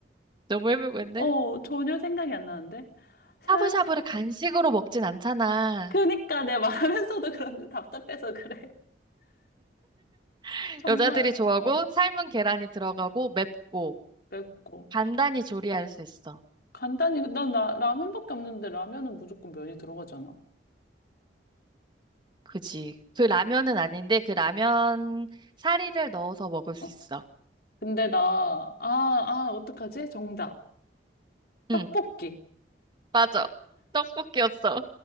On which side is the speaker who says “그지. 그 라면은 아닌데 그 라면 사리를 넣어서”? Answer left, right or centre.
Right